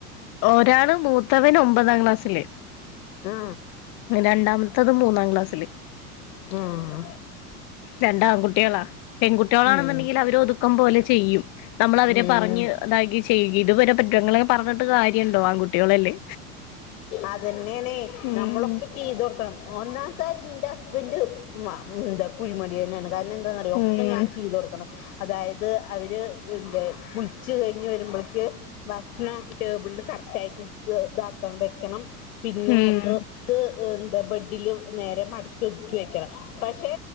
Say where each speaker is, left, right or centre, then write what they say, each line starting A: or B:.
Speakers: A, on the left; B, on the left.
A: ഒരാള് മൂത്തവന് ഒമ്പതാം ക്ലാസ്സില്.
B: ആഹ..
A: രണ്ടാമത്തത് മൂന്നാംക്ലാസില്.
B: ആഹാ
A: രണ്ട് ആൺകുട്ടികളാ, പെൺകുട്ടികളാണെന്നുണ്ടെങ്കിൽ
B: ഉം
A: അവര് ഒതുക്കം പോലെ ചെയ്യും. നമ്മള് അവരെ
B: ഉം
A: പറഞ്ഞ് ഇതാക്കി.. ചെയ് ഇവരെ കുറ്റുങ്ങളൊക്കെ പറഞ്ഞിട്ട് കാര്യണ്ടോ? ആൺകുട്ടികളല്ലേ.
B: അതന്നെണെ,
A: ഉം
B: നമ്മളൊക്കെ ചെയ്തൊടുക്കണം. ഒന്നാമത്തെ കാര്യം ന്റെ ഹസ്ബൻഡ് എന്താ കുഴിമടിയനാണ്. കാരണം എന്താന്നറിയോ?
A: ഉം
B: ഒക്കെ ഞാൻ ചെയ്തു കൊടുക്കണം. അതായത് അവര് എന്ത കുളിച്ചു കഴിഞ്ഞ് വരുമ്പോള്ക്ക്‌. ഭക്ഷണം ടേബിളിൽ കറക്റ്റ് ആയിട്ട് ഇട്ത് ഇതാക്കണം വെക്കണം, പിന്നെ
A: ഉം
B: ഡ്രസ്സ്. എന്താ ബഡില് നേരെ മടക്കി ഒതുക്കി വെക്കണം. പക്ഷെ